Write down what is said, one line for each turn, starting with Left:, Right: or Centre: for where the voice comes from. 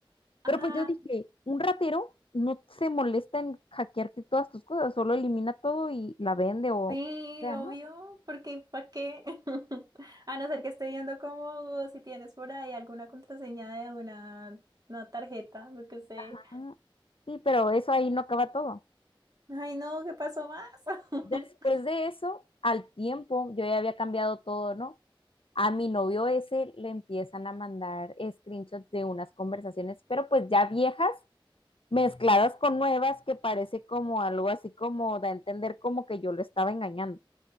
Right: Ah,
Left: Pero pues yo dije, un ratero no se molesta en hackearte todas tus cosas, solo elimina todo y la vende o,
Right: sí,
Left: o sea,
Right: obvio,
Left: ¿no?
Right: porque ¿para qué? <laughs> A no ser que esté viendo como si tienes por ahí alguna contraseña de una, una tarjeta, lo que sé.
Left: Ah, Sí, pero eso ahí no acaba todo.
Right: Ay, no, ¿qué pasó más? <gasps> <laughs>
Left: Después de eso, al tiempo, yo ya había cambiado todo, ¿no? A mi novio ese le empiezan a mandar screenshots de unas conversaciones, pero pues ya viejas, mezcladas con nuevas que parece como algo así como da a entender como que yo lo estaba engañando.